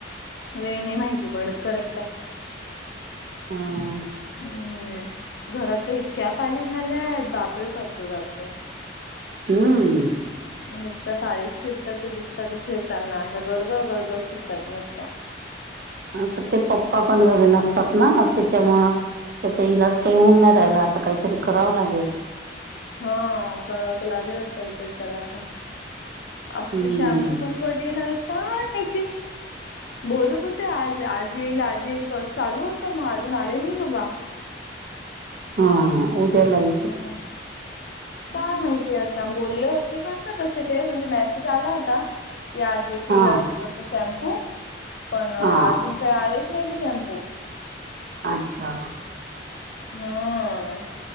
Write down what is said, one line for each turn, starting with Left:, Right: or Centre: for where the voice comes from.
Left: वेळ नाही माहिती पडत करेक्ट हाय.
Right: हम्म
Left: हम्म, घरात इतक्या पाली झाल्यात बापरे बापरे बापरे.
Right: हम्म.
Left: नुसत्या पारस फिरतात ते दिसत ते फिरत ना अ गरघर गरघर फिरतात नुसत्या.
Right: आता ते पप्पा पण घरी नसतात ना त्याच्यामुळं त्याचा इलाज काही होऊन नाही राहायला आता काहीतरी करावं लागेल.
Left: हा कराव तर लागेलच काहीतरी चला आता. आपली
Right: हम्म.
Left: शॅम्पू पण कधी येणार आहेत काय माहिती बोलत हो ते आज आज येईल आज येईल चालू होतं मग अजून आले नाही बाबा.
Right: हां. उदयाला येई
Left: होय. काय माहितीय आता बोलले होते बर का तसे ते म्हणजे मेसेज आला होता. की आज येतील
Right: हा
Left: असं तसं शॅम्पू पण अजून
Right: हा
Left: काही आलेच नाही ते शॅम्पू.
Right: अच्छा!
Left: ह.